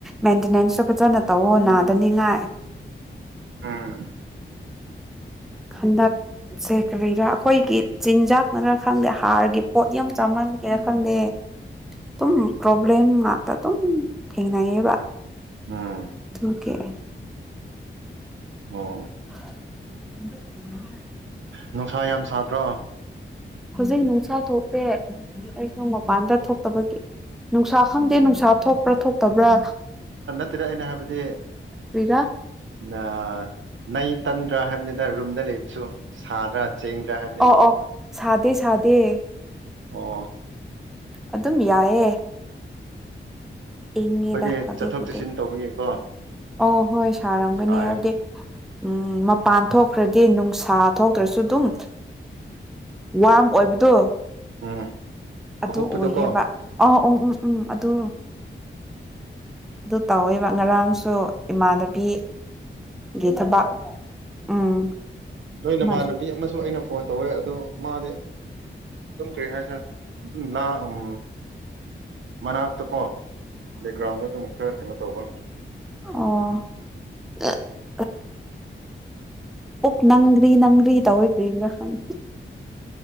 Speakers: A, in the centre; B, on the right.
A: ꯃꯦꯟꯇꯦꯅꯦꯟꯁꯇ ꯐꯖꯅ ꯇꯧꯋꯣ ꯅꯥꯗꯅꯤꯡꯉꯥꯏ
B: ꯎꯝ
A: ꯍꯟꯗꯛꯁꯦ ꯀꯔꯤꯔꯥ ꯑꯩꯈꯣꯏꯒꯤ ꯆꯤꯟꯖꯥꯛꯅꯔ ꯈꯪꯗꯦ ꯍꯥꯔꯒꯤ ꯄꯣꯠ ꯌꯥꯝ ꯆꯥꯃꯟꯕꯒꯤꯔꯥ ꯈꯪꯗꯦ ꯑꯗꯨꯝ ꯄ꯭ꯔꯣꯕ꯭ꯂꯦꯝ ꯉꯥꯛꯇ ꯑꯗꯨꯝ ꯊꯦꯡꯅꯩꯌꯦꯕ
B: ꯎꯝ
A: ꯑꯗꯨꯀꯦ
B: ꯑꯣ
A: <inaudible> <unintelligible>
B: ꯅꯨꯡꯁꯥ ꯌꯥꯝ ꯁꯥꯗ꯭ꯔꯣ
A: ꯍꯧꯖꯤꯛ ꯅꯨꯡꯁꯥ ꯊꯣꯛꯇꯦ ꯑꯩꯁꯨ ꯃꯄꯥꯟꯗ ꯊꯣꯛꯇꯕꯒꯤ ꯅꯨꯡꯁꯥ ꯈꯪꯗꯦ ꯅꯨꯡꯁꯥ ꯊꯣꯛꯄ꯭ꯔꯥ ꯊꯣꯛꯇꯕ꯭ꯔꯥ
B: ꯇꯦꯗ ꯑꯩꯅ ꯍꯥꯏꯕꯗꯤ
A: ꯀ꯭ꯔꯤꯔ
B: ꯅ ꯅꯩ ꯇꯟꯗ꯭ꯔꯥ ꯍꯥꯏꯕꯅꯤꯗ ꯔꯨꯝꯗ ꯂꯩꯕꯁꯨ ꯁꯥꯗ꯭ꯔꯥ ꯆꯦꯡꯗ꯭ꯔꯥ ꯍꯥꯏꯞ
A: ꯑꯣ ꯑꯣ ꯁꯥꯗꯦ ꯁꯥꯗꯦ
B: ꯑꯣ
A: ꯑꯗꯨꯝ ꯌꯥꯏꯌꯦ ꯏꯡꯉꯤꯗ
B: ꯑꯩꯈꯣꯏꯗꯤ
A: ꯍꯧꯖꯤꯛꯄꯨꯗꯤ
B: ꯆꯠꯊꯣꯛ ꯆꯠꯁꯤꯟ ꯇꯧꯕꯒꯤꯀꯣ
A: ꯑꯣ ꯍꯣꯏ ꯁꯥꯔꯝꯒꯅꯤ
B: ꯁꯥꯏ
A: ꯍꯥꯏꯕꯗꯤ ꯎꯝ ꯃꯄꯥꯟ ꯊꯣꯛꯈ꯭ꯔꯥ ꯀꯦ ꯅꯨꯡꯁꯥ ꯊꯣꯛꯇ꯭ꯔꯥꯁꯨ ꯑꯗꯨꯝ ꯋꯥꯝ ꯑꯣꯏꯕꯗꯣ
B: ꯎꯝ
A: ꯑꯗꯨ
B: ꯀꯍꯨꯞꯄꯗꯣꯀꯣ
A: ꯑꯣꯏꯌꯦꯕ ꯑꯥ ꯎꯝ ꯎꯝ ꯎꯝ ꯑꯗꯨ ꯑꯗꯨ ꯇꯧꯋꯦꯕ ꯉꯔꯥꯡꯁꯨ ꯏꯃꯥꯟꯅꯕꯤ ꯒꯤ ꯊꯕꯛ ꯎꯝ
B: ꯅꯣꯏ ꯅꯃꯥꯟꯅꯕꯤ
A: ꯑꯥ
B: ꯑꯃꯁꯨ ꯑꯩꯅ ꯐꯣꯟ ꯇꯧꯋꯦ ꯑꯗꯨ ꯃꯥꯗꯤ ꯑꯗꯨꯝ ꯀ꯭ꯔꯤ ꯍꯥꯏꯁꯤꯔ ꯑꯗꯨꯝ ꯂꯥꯡ ꯎꯝ ꯃꯅꯥꯛꯇꯥ ꯀꯣ ꯕꯦꯛꯒ꯭ꯔꯥꯎꯟꯗ ꯑꯗꯨꯝ ꯈꯔ ꯀꯩꯅꯣ ꯇꯧꯕ
A: ꯑꯣ <unintelligible> ꯑꯣꯛ ꯅꯪꯗꯔꯤ ꯅꯪꯗꯔꯤ ꯇꯧꯋꯦ ꯀ꯭ꯔꯤꯒꯤꯔ ꯈꯪꯗꯦ